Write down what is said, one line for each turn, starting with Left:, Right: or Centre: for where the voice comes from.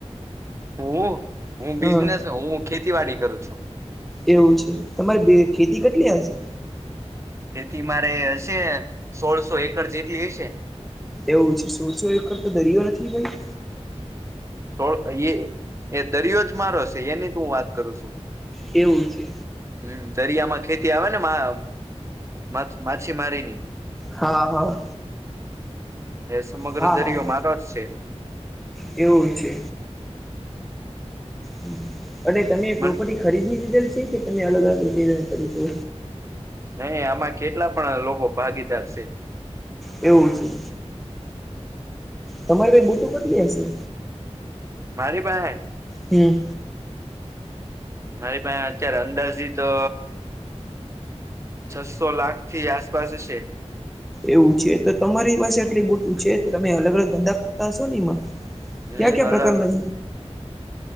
Right: હો હું હું
Centre: હા
Right: બિઝનેસ હું ખેતીવાડી કરું છું.
Centre: એવું છે તમારે બે ખેતી કેટલી હશે?
Right: ખેતી મારે હશે, સોળસો એકર જેટલી હશે.
Centre: એવુંછે, સોળસો એકર તો દરિયો નથી ભાઈ?
Right: થોડ એયે એ દરિયોજ મારો હશે એની તો હું વાત કરું શુ.
Centre: એવું છે.
Right: હ દરિયામાં ખેતી આવે ને મા. માચ માછીમારીની.
Centre: હા હા
Right: એ સમગ્ર
Centre: હા
Right: દરિયો
Centre: હા
Right: મારો જ છે.
Centre: એવું છે. હમ્મ અને તમે
Right: મન
Centre: પ્રોપર્ટી ખરીદી લીધેલ છે કે તમે અલગ અલગ રીતે કર્યું છે.
Right: નહી આમાં કેટલા પણ લોકો ભાગીદાર છે.
Centre: એવું છે. તમારી ભાઈ બોટું કેટલી હશે?
Right: મારી પાસે?
Centre: હમ્મ
Right: મારી પાસે અત્યારે અંદાજી તો. છસો લાખ થી આસપાસ છે.
Centre: એવું છે, તો તમારી પાસે એટલી બોટું છે, તો તમે અલગ અલગ ધંધા કરતા હશો ને એમાં?
Right: હમ
Centre: ક્યા ક્યા
Right: અલગ
Centre: પ્રકારના.